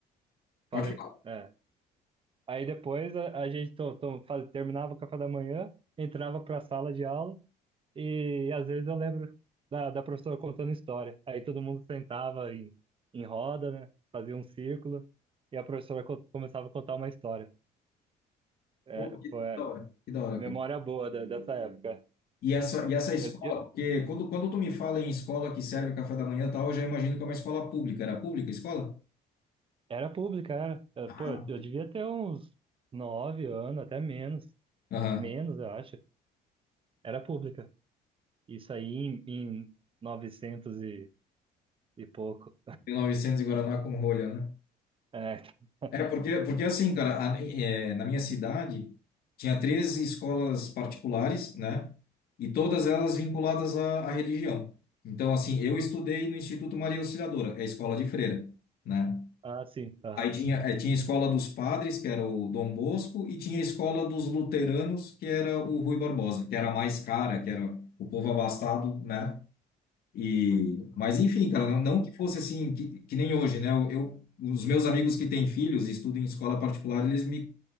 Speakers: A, on the right; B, on the left.
A: Falei,
B: Pode falar.
A: é. Aí depois a, a gente to, to, faz, terminava o café da manhã, entrava para a sala de aula, e, às vezes eu lembro da, da professora contando história. Aí todo mundo sentava em, em roda, né, fazia um círculo, e a professora co- começava a contar uma história. É,
B: Pô, que, que
A: pô, é,
B: da hora, que da hora,
A: Memória
B: cara.
A: boa da- dessa época.
B: E essa, e essa escola,
A: Eu- eu-
B: porque quando, quando tu me fala em escola que serve café da manhã e tal, eu já imagino que é uma escola pública. Era pública a escola?
A: era pública, era. Eu-
B: Ah,
A: pô, eu devia ter uns nove anos, até menos.
B: Aham.
A: Menos, eu acho. Era pública. Isso aí em, em 900 e, e pouco.
B: 1900 e novecentos e Guaraná com rolha, né?
A: É. <laughs>
B: É, porque, porque assim, cara, a- é, na minha cidade tinha três escolas particulares, né? E todas elas vinculadas à, à religião. Então, assim, eu estudei no Instituto Maria Auxiliadora, é a escola de freira, né?
A: Ah, sim. aham,
B: Aí tinha, eh, tinha a escola dos padres, que era o Dom Bosco, e tinha a escola dos luteranos, que era o Rui Barbosa, que era a mais cara, que era o povo abastado, né? E, mas enfim, cara, não, não que fosse assim, que, que nem hoje, né? Eu, eu- os meus amigos que têm filhos e estudam em escola particular, eles me,